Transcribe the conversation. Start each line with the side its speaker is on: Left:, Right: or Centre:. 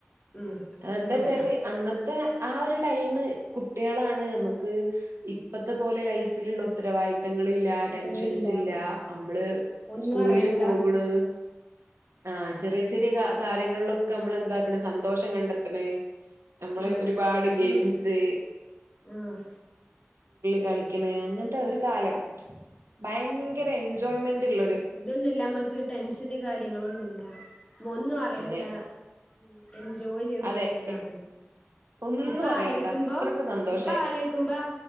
Left: ഉം
Right: എന്താ
Left: അതെ
Right: വച്ചാല് അന്നത്തെ ആ ഒരു ടൈം കുട്ടികളാണ് നമുക്ക് ഇ ഇപ്പത്തെപോലെ ലൈഫിലുള്ള ഉത്തരവാദിത്തങ്ങൾ
Left: കുറ്റങ്ങളില്ല
Right: ടെൻഷൻസ് ഇല്ല
Left: ആ
Right: നമ്മള്
Left: ഒന്നും
Right: സ്കൂളിൽ
Left: അറിയണ്ട
Right: പോകുനു ആ ചെറിയ ചെറിയ കാര്യങ്ങളിലൊക്കെ നമ്മൾ എന്താക്കന് സന്തോഷം കണ്ടെത്താണ് നമ്മള്
Left: ഉം
Right: ഒരുപാട്
Left: നമ്മ
Right: ഗെയിംസ്
Left: ആ
Right: കളിക്കണ് അങ്ങനത്തെ ഒരു കാലം ഭയങ്കര എൻജോയ്മെന്റ് ഉള്ളരു
Left: ഇതൊന്നുംല്ല നമ്മക്ക് ടെൻഷന് കാര്യങ്ങൾ ഒന്നുംല്ല ഒന്നും അറിയണ്ട
Right: അതെ
Left: ഉ എൻജോയ് ചെയ്ത്
Right: അതെ
Left: നടക്കണ കാലമാണ്
Right: എ- ഒന്നും
Left: ഇപ്പ
Right: അറിയണ്ട
Left: ആലോയ്ക്കുമ്പോ
Right: അത്രക്ക് സന്തോഷായിട്ട്
Left: ഇപ്പൊ ആലോയ്ക്കുമ്പോ